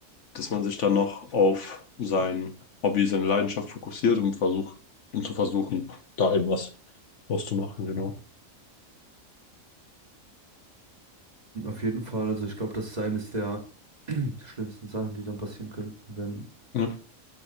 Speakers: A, on the left; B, on the right.
A: dass man sich dann noch auf sein Hobby, seine Leidenschaft fokussiert und versucht, um zu versuchen, da eben was draus zu machen, genau.
B: Auf jeden Fall, also ich glaube, das ist eines der <clears throat> schlimmsten Sachen, die dann passieren können, wenn
A: Ja,